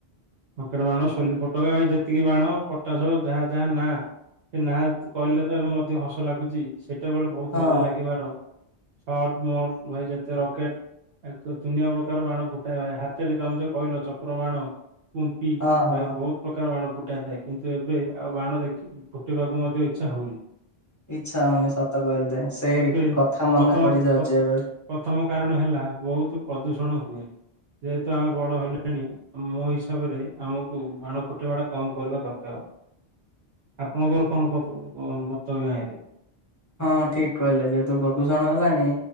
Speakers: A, on the right; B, on the left.
A: ପକେଟ ବାଣ ସୋଲି ଫୋଟକା ଭାଇ ଯେତିକି ବାଣ ପଟାସ ଯାହା ଯାହା ନା। ସେ ନାଁ କହିଲେ ତ ଏବେ ମଧ୍ୟ ହସ ଲାଗୁଚି ସେଇଟା ବେଳେ ବୋହୁତ
B: ହଁ
A: ମଜା ଲାଗିବାର। ସଟ ମଟ ଭାଇ ଯେତେ ରକେଟ। ଆ ଦୁନିଆ ପ୍ରକାର ବାଣ ଫୁଟାଇବା ହାତରେ ଜମ ଯେ କହିଲ ଚକ୍ର ବାଣ। କୁମ୍ପି
B: ହଁ ହଁ
A: ଭାଇ ବୋହୁତ। ପ୍ରକାର ବାଣ ଫୁଟାଇ ଥାଏ କିନ୍ତୁ ଏବେ ଆଉ ବାଣ ଦେଖି ଫୁଟିବାକୁ ମଧ୍ୟ ଇଚ୍ଛା ହୋଉନି।
B: ଇଛା ହଉନି ସତ କହିଲେ ସେ
A: ଏବେ
B: କଥା
A: ପ୍ରଥମ
B: ମନେ ପଡିଯାଉଛି ଏବେ।
A: ପ୍ରଥମ କାରଣ ହେଲା ବୋହୁତ ପ୍ରଦୂଷଣ ହୁଏ ଯେହେତୁ ଆମେ ବଡ଼ ହେଲେଣି ମୋ ହିସାବରେ ଆମକୁ ବାଣ ଫୁଟେଇବା ଟା କମ କରିବା ଦରକାର। ଆପଣଙ୍କର କଣ ପଫୁ କଣ ମତ <inaudible>
B: ହଁ ଠିକ କହିଲେ ଯେହେତୁ ପ୍ରଦୂଷଣ ହେଲାଣି